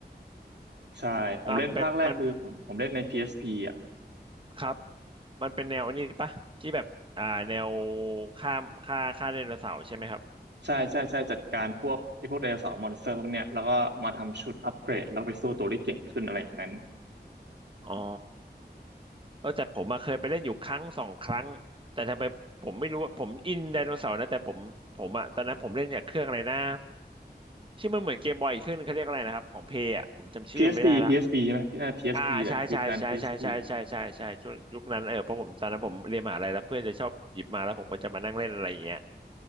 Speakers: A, on the right; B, on the right.
A: ใช่ผมเล่นภาคแรกคือผมผมเล่นใน
B: อ่ามันเป็นมัน
A: PSP อสพีอ่ะ
B: ครับมันเป็นแนวอันนี้ปะที่แบบอ่าแนวฆ่าฆ่าฆ่าไดโนเสาร์ใช่ไหมครับ
A: ใช่ใช่ใช่จัดการพวกไอ้พวกไดโนเสาร์มอนสเตอร์พวกเนี้ยแล้วก็มาทำชุดอัปเกรดแล้วไปสู้ตัวได้เก่งขึ้นอะไรอย่างนั้น
B: อ๋อเออแต่ผมมาเคยไปเล่นอยู่ครั้งสองครั้ง แต่ทำไมผมไม่รู้ว่าผมอินไดโนเสาร์นะแต่ผมผมอะตอนนั้นผมเล่นอย่างเครื่องอะไรนะที่มันเหมือนเกมบอยอีกเครื่องนึงเขาเรียกอะไรนะครับของเพย์อะผมจำชื่อมันไม่ได้ละ
A: PSP PSP ใช่ไหมพี่น่า PSP
B: อ่าใช่ใช่ใช่ใช่ใช่ใช่ใช่ใช่ช่วงยุคนั้นเออเพราะผมตอนนั้นผมเรียนมหาลัยแล้วเพื่อนจะชอบหยิบมาแล้วผมก็จะมานั่งเล่นอะไรอย่างเงี้ย
A: แหละยุคนั้น PSP